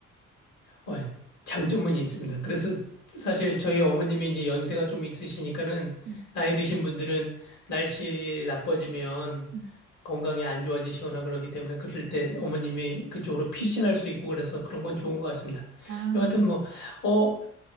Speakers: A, on the left; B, on the right.
A: 어, 장점은 있습니다. 그래서 사실 저희 어머님이 이제 연세가 좀 있으시니까는
B: 음,
A: 나이 드신 분들은 날씨 나빠지면
B: 음.
A: 건강이 안 좋아지시거나 그러기 때문에 그럴 때 어머님이 그쪽으로 피신할 수 있고 그래서 그런 건 좋은 것 같습니다.
B: 아,
A: 여하튼 뭐, 어,